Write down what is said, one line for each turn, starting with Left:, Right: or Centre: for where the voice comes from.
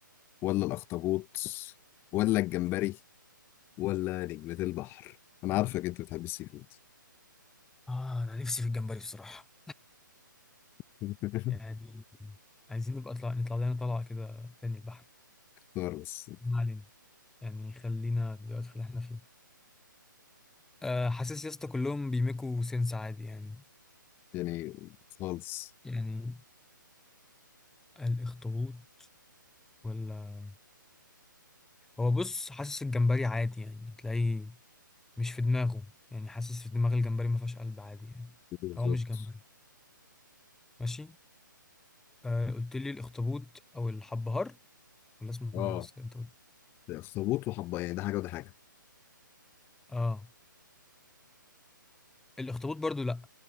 Left: ولا الأخطبوط ولا الجمبري ولا نجمة البحر أنا عارفك أنت بتحب السي فود
Centre: اه انا نفسي في الجمبري بصراحه
Left: <laughs>
Centre: يعني عايزين نبقى طلع... نطلع لنا طلعه كده تاني البحر
Left: اختار بس
Centre: ما علينا يعني خلينا في الوقت اللي احنا فيه آه حاسس يا اسطى كلهم بيميكوا سنس عادي يعني
Left: يعني خالص
Centre: يعني الاخطبوط ولا هو بص حاسس الجمبري عادي يعني تلاقيه مش في دماغه يعني حاسس في دماغ الجمبري ما فيهاش قلب عادي يعني
Left: بالظبط
Centre: فهو مش جمبري ماشي آه قلت لي الاخطبوط او الحبهار ولا اسمه
Left: اه
Centre: ايه بس انت
Left: ده أخطبوط وحبة يعني ده حاجة وده حاجة
Centre: اه الاخطبوط برضو لا